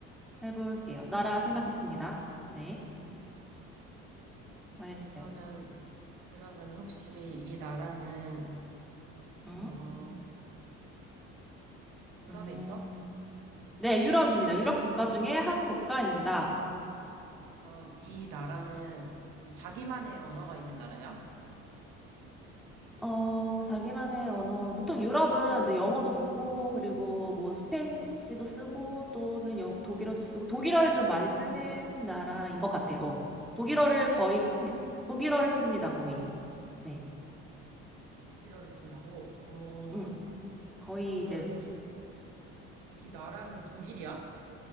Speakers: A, in the centre; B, on the right.
A: 해볼게요. 나라 생각했습니다. 네,
B: 음.
A: 말해주세요.
B: 그러면, 그러면 혹시 이 나라는,
A: 음,
B: 어, 유럽에
A: 음.
B: 있어?
A: 네, 유럽입니다. 유럽 국가 중에 한 국가입니다.
B: 그럼 이 나라는 자기만의 언어가 있는 나라야?
A: 어, 자기만의 언어. 보통 유럽은 이제 영어도 쓰고, 그리고 뭐 스페니쉬도 쓰고, 또는 영, 독일어도 쓰고, 독일어를 좀 많이 쓰는 나라인 것 같아. 어. 독일어를 거의 씁니다. 독일어를 씁니다, 거의. 네.
B: 독일어를 쓴다고? 어,
A: 응. 거의
B: 그러면
A: 이제,
B: 이, 이 나라는 독일이야?